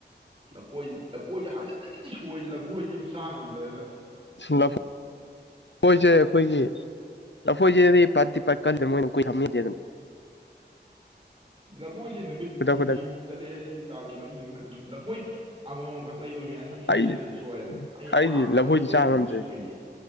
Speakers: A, on the right (about 30°); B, on the left (about 85°).
A: ꯂꯐꯣꯏ ꯂꯐꯣꯏꯁꯦ ꯍꯟ ꯅꯁꯤꯗꯤ ꯁꯣꯏꯁꯦ ꯂꯕꯨꯨꯣꯏꯁꯤ ꯑꯃꯨꯛ ꯆꯥꯡ ꯉꯝꯗꯅ
B: ꯂꯐꯣꯏꯁꯦ ꯑꯩꯈꯣꯏꯒꯤ ꯂꯐꯣꯏꯁꯦꯗꯤ ꯄꯥꯠꯇꯗꯤ ꯄ ꯀꯜꯂꯤꯗ ꯃꯣꯏꯅ ꯀꯨꯏ ꯊꯝꯗꯦ ꯑꯗꯨꯅ
A: ꯂꯐꯣꯏꯁꯦ ꯅꯨꯃꯤꯠ
B: ꯈꯨꯗꯛ
A: ꯍꯨꯝꯅꯤꯃꯨꯛ
B: ꯈꯨꯗꯛ
A: ꯆꯠꯂꯦ ꯏ ꯃꯆꯥꯗꯨ ꯃꯔꯤ ꯅꯨꯃꯤꯠ ꯈꯛꯇꯪ ꯂꯐꯣꯏ ꯑꯃ ꯑꯃꯈꯛ ꯂꯩꯕ ꯃꯤ ꯑꯅꯤ ꯑꯅꯤ
B: ꯑꯩꯗꯤ
A: ꯂꯩꯁꯜꯂꯗꯤ ꯁꯣꯏꯔꯦ ꯑꯩ
B: ꯑꯩꯗꯤ
A: ꯑꯍꯥꯟꯕꯗ
B: ꯂꯐꯣꯏꯗꯤ
A: ꯑꯅꯤ ꯂꯩꯔꯨꯗꯨꯅ
B: ꯆꯥ ꯉꯝꯗ꯭ꯔꯦ
A: ꯁꯣꯏꯅꯤ